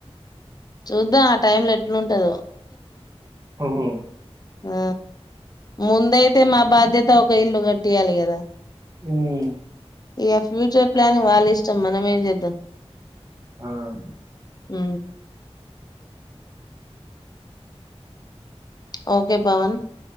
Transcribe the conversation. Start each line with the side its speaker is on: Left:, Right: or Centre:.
Left: చూద్దాం ఆ టైమ్ లో ఎట్లుంటదో
Right: ఓహో
Left: ఆ ముందైతే మా బాధ్యత్ త ఒక ఇల్లు కట్టియాలి కదా
Right: ఉమ్
Left: ఇగ ఫ్యూచర్ ప్లాన్ వాళ్ళ ఇష్ట ఇచ్చ మనం ఏం చేద్దాం
Right: అవును
Left: ఉ ఓకే పవన్